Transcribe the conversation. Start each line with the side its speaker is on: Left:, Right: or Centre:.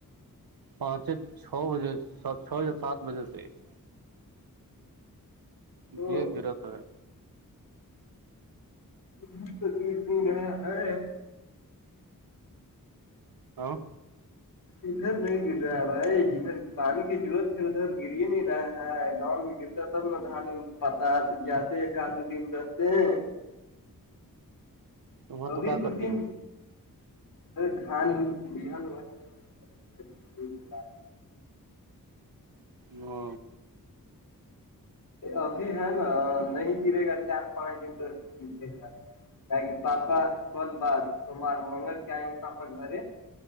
Right: پانچ چھ بجے چ یا سات بجے سے <unintelligible>
Left: تو
Right: جی درت ہے <unintelligible>
Left: مت کیتی رہ ہے <unintelligible>
Right: ہاں
Left: ادھر نہیں گر رہا ہے بھائی جدھر پانی کی ضرورت ہے ادھر گر ہی نہیں رہا ہے گاؤں میں گر تب ن دھان پتا جاتے آد دن بتے ہیں
Right: وہاں
Left: ابھی
Right: تو کیا
Left: دو
Right: کرتے
Left: تین
Right: ہیں
Left: دھان بہن ہو سب <unintelligible>
Right: ہ
Left: ابھی ہے نا نہیں گرے گا چار پانچ دن تو گرے گا پاپا کل بات سومار منگل کے آئیں گے پاپا گھر